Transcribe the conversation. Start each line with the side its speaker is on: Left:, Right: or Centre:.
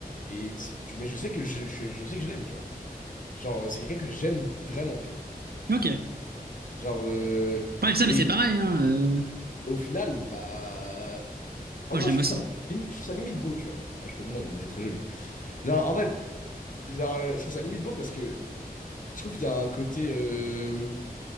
Left: et que c'est- tu, mais je sais que je, je- je sais que je l'aime, tu vois. Genre, c'est quelqu'un que j'aime vraiment, tu vois.
Right: Ok.
Left: Genre, euh,
Right: Parle de ça,
Left: et
Right: mais c'est pareil, hein, euh,
Left: au final, bah... Ah,
Right: Moi,
Left: moi,
Right: je l'aime
Left: je trouve
Right: aussi.
Left: ça, lim- je trouve ça limite beau, tu vois. Bah, je peux comprendre, elle est très jolie. Genre, en fait, genre, euh, je trouve ça limite beau parce que je trouve qu'il y a un côté, euh,